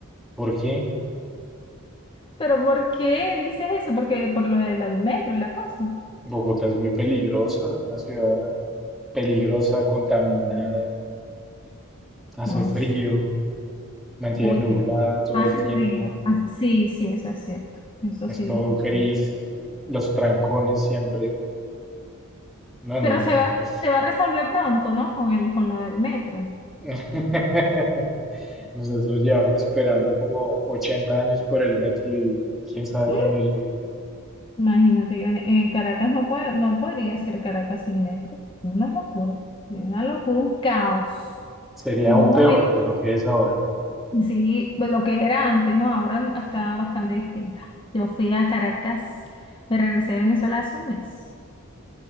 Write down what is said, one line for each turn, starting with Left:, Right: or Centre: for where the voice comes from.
Centre: ¿Por qué?
Left: ¿Pero por qué dices eso? Porque por lo del al metro y la cosa.
Centre: Bogotá es muy peligrosa, una ciudad peligrosa, contaminada. Hace
Left: No,
Centre: frío,
Left: sé.
Centre: mantiene
Left: uy,
Centre: nublada
Left: qué
Centre: todo
Left: hace
Centre: el tiempo,
Left: frío. hace- Sí, sí, eso es cierto. Eso
Centre: es
Left: sí
Centre: todo
Left: lo escuchamos.
Centre: gris, los trancones siempre. No, no,
Left: Pero
Centre: no.
Left: se va,
Centre: Es...
Left: se va a resolver pronto, ¿no? Con el, con lo del metro.
Centre: <laughs> Nosotros llevamos esperando como 80 años por el metro y quién sabe
Left: Mm,
Centre: cuándo llegue.
Left: Imagínate que eh, Caracas no puede, no podría ser Caracas sin metro. Una locura. Una locura, un caos.
Centre: Sería
Left: Hubo
Centre: aún
Left: un
Centre: peor
Left: momento
Centre: de lo que es ahora.
Left: Sí, pues lo que era antes, ¿no? Ahora está bastante distinta. Yo fui a Caracas, me regresé de Venezuela hace un mes